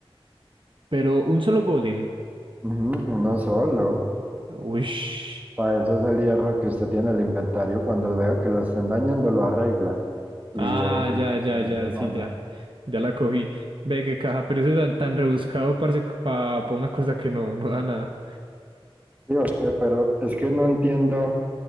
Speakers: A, on the right; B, on the right.
A: Pero un solo golem.
B: Ujú, uno solo.
A: Uish.
B: Para eso es el hierro que usted tiene en el inventario. Cuando vea que lo estén dañando, lo arregla y
A: Ah,
B: el que
A: ya, ya,
B: no
A: ya,
B: gana.
A: sí, ya. Ya la cogí. Ve qué caja, pero eso es tan tan rebuscado, parece, para una cosa que no, no da nada.
B: Sí, ok, pero es que no entiendo